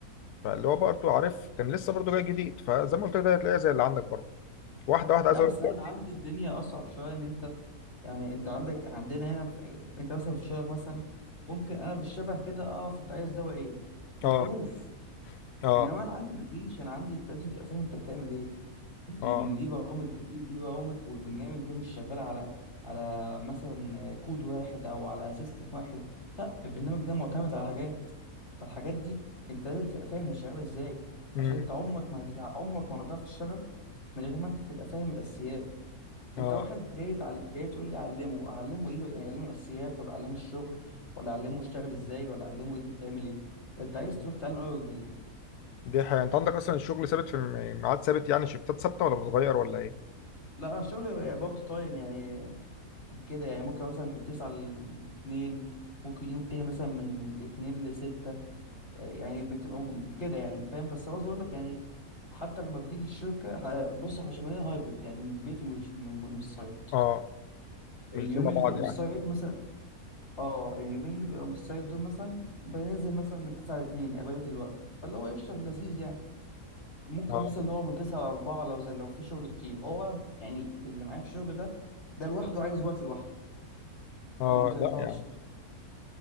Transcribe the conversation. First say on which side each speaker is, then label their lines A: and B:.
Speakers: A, on the left; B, on the left.
A: فاللي هو برضه عارف كان لسه برضه جاي جديد فزي ما قلت لك ده هتلاقيها زي اللي عندك برضه واحده واحده عايز
B: لا
A: اقول
B: بس
A: لك
B: انا
A: دلوقتي
B: اللي عندي الدنيا اصعب شويه ان انت يعني انت عندك عندنا هنا في ايه، انت مثلا في شغلك مثلا ممكن انا بالشبه كده اقف انت عايز دواء ايه من
A: اه
B: الحروف
A: اه
B: انما انا عندي مفيش انا عندي انت لازم تبقى فاهم انت بتعمل ايه دي
A: اه
B: ان دي برامج دي دي برامج والبرنامج ده مش شغال على على مثلا كود واحد او على سيستم واحد لا البرنامج ده معتمد على حاجات فالحاجات دي انت لازم تبقى فاهم هي شغاله ازاي
A: امم
B: عشان انت عمرك ما هتتع- عمرك ما هتعرف تشتغل من غير ما انت تبقى فاهم الاساسيات انت
A: اه
B: واحد جاي تعل... جاي تقول لي اعلمه اعلمه ايه يعني اعلمه اساسيات ولا اعلمه الشغل ولا اعلمه يشتغل ازاي ولا اعلمه ايه دي بتعمل ايه ده انت عايز
A: مم.
B: تروح تعلم اول جديد
A: دي حقيقة انت عندك اصلا الشغل ثابت في م- ميعاد ثابت يعني شفتات ثابته ولا بتتغير ولا ايه؟
B: لا انا شغلي بقى بارت تايم يعني كده يعني ممكن مثلا من 9 ل 2 ممكن يوم تاني مثلا من 2 ل 6 يعني بتبقى ممكن- كده يعني فاهم بس قصدي اقول لك يعني حتى لما بتيجي الشركه ه- بص احنا شغالين هايبرد يعني من البيت ومن ومن- ومن السايت
A: اه
B: اليوم
A: ملتين مع
B: اللي
A: بعض
B: بيبقى من
A: يعني
B: السايت مثلا اه اليومين اللي بيبقى مستعد دول مثلا بننزل مثلا من 9 ل 2 اغلبية الوقت فاللي هو قشطة في اللذيذ يعني ممكن
A: اه
B: مثلا نقعد من 9 ل 4 لو زي لو في شغل كتير هو يعني اللي معايا في الشغل ده ده لوحده عايز وقت لوحده
A: اه
B: ان انت تقعد
A: لا يا
B: تشرح
A: عم